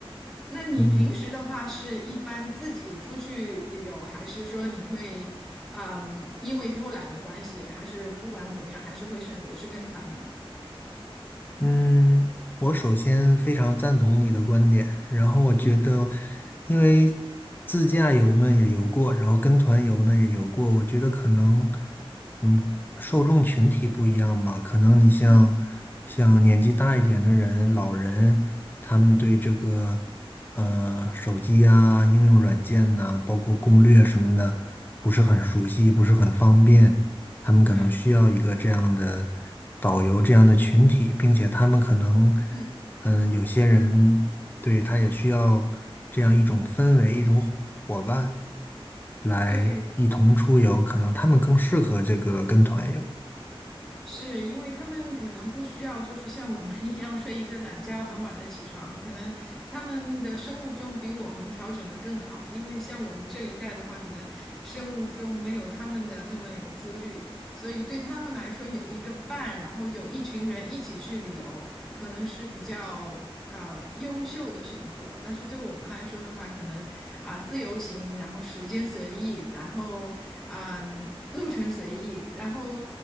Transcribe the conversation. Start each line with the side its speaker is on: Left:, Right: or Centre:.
Centre: 那你平时的话，
Left: 嗯。
Centre: 是一般自己出去旅游，还是说你会，嗯，因为偷懒的关系，还是不管怎么样，还是会选择去跟团呢？
Left: 嗯，我首先非常赞同你的观点，然后我觉得，
Centre: 嗯
Left: 因为自驾游呢也游过，然后跟团游呢也游过，我觉得可能，嗯，受众群体不一样吧，可能你像像年纪大一点的人、
Centre: 嗯，
Left: 老人，他们对这个呃手机啊、应用软件呐、包括攻略什么的，不是很熟悉，不是很方便。他们可能需要一个这样的导游这样的群体，
Centre: 对，
Left: 并且他们可能，
Centre: 嗯
Left: 嗯，有些人对他也需要这样一种氛围，一种伙伙伴来一同出游，
Centre: 对。
Left: 可能他们更适合这个跟团游。
Centre: 是因为他们可能不需要，就是像我们一样睡一个懒觉，很晚的起床。可能他们的生物钟比我们调整的更好，因为像我们这一代的话，可能生物钟没有他们的那么有自律，所以对他们来说有一个伴，然后有一群人一起去旅游，可能是比较呃优秀的选择，但是对我们来说的话，可能啊、自由行，然后时间随意，然后嗯、路程随意，然后